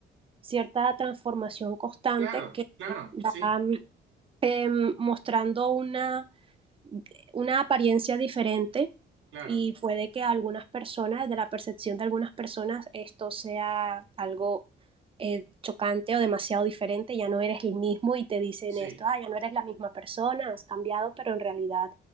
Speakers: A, on the right; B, on the right.
A: cierta transformación constante
B: claro,
A: que
B: claro, sí,
A: va eh, mostrando una una apariencia diferente
B: claro,
A: y puede que a algunas personas, de la percepción de algunas personas, esto sea algo eh, chocante o demasiado diferente, ya no eres el mismo y te dicen
B: sí,
A: esto, ah, ya no eres la misma persona, has cambiado, pero en realidad